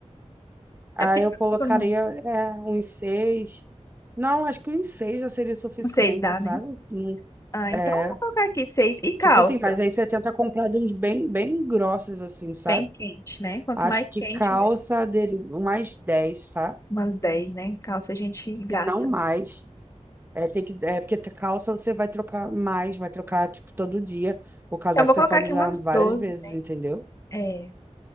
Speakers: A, on the left (about 25°); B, on the right (about 15°).
A: é,
B: Aí
A: Fica,
B: eu colocaria,
A: fica no-
B: é, uns seis. Não, acho que uns seis já seria suficiente,
A: uns seis dá,
B: sabe?
A: né?
B: Hum,
A: Ah,
B: É,
A: então eu vou colocar aqui seis. E calça,
B: tipo assim, mas aí você tenta comprar de uns bem, bem grossos, assim, sabe?
A: bem quente, né? Quanto
B: Acho
A: mais
B: que
A: quente,
B: calça dele, umas dez tá?
A: Umas 10, né? Calça a gente
B: Se
A: gasta.
B: não mais. É, tem que, é porque calça você vai trocar mais, vai trocar, tipo, todo dia. O casaco
A: Eu vou
B: você
A: colocar
B: pode
A: aqui
B: usar
A: umas
B: várias
A: 12,
B: vezes,
A: né,
B: entendeu?
A: É,